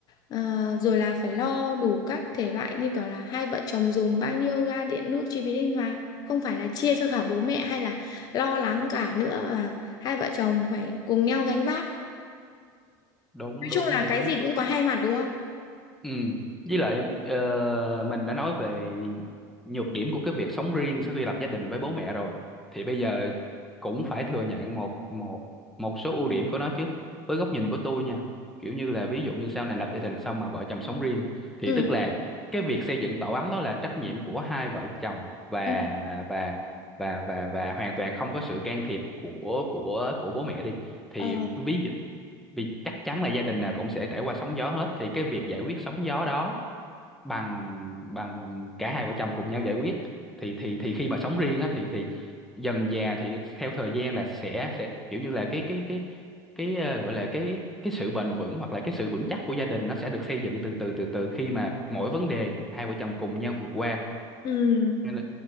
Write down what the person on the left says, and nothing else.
Ờ, rồi là phải lo đủ các thể loại như kiểu là hai vợ chồng dùng bao nhiêu ga điện nước chi phí linh hoạt không phải là chia cho cả bố mẹ hay là lo lắng cả nữa mà hai vợ chồng phải cùng nhau gánh vác
nói
chung là
cái gì cũng có hai mặt đúng không
ừ
ừ
Ờ.
ừ